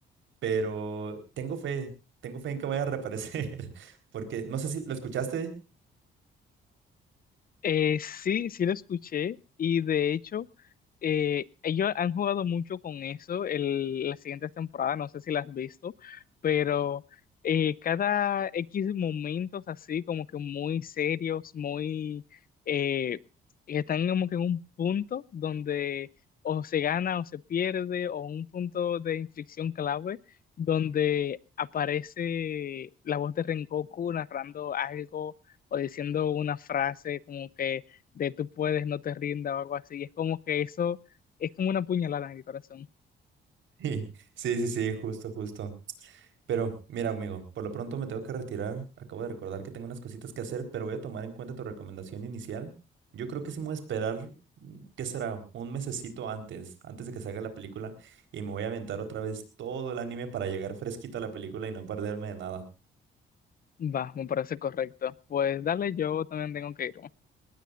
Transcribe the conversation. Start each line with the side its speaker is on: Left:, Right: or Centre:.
Right: pero tengo fe, tengo fe en que vaya a reaparecer, <laughs> porque no sé si lo escuchaste.
Left: Eh, sí, sí lo escuché y de hecho eh, ellos han jugado mucho con eso el, las siguientes temporadas, no sé si las has visto, pero eh, cada X momentos así como que muy serios, muy eh, que están como que en un punto donde o se gana o se pierde o un punto de inflexión clave donde aparece la voz de Rengoku narrando algo o diciendo una frase como que de tú puedes, no te rindas o algo así. es como que eso es como una puñalada en el corazón.
Right: Sí, sí, sí, sí, justo, justo. Pero mira, amigo, por lo pronto me tengo que retirar. Acabo de recordar que tengo unas cositas que hacer, pero voy a tomar en cuenta tu recomendación inicial. Yo creo que sí me voy a esperar, mm, ¿qué será? Un mesecito antes, antes de que salga la película, y me voy a aventar otra vez todo el anime para llegar fresquito a la película y no perderme de nada.
Left: Va, me parece correcto. Pues dale, yo también tengo que irme.